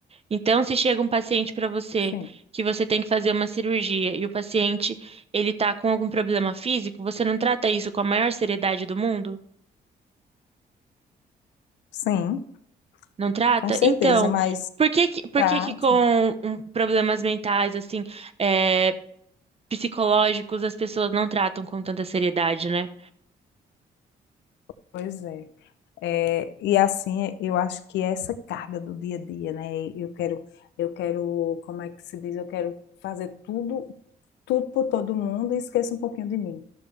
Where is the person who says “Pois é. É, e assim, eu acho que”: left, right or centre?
Left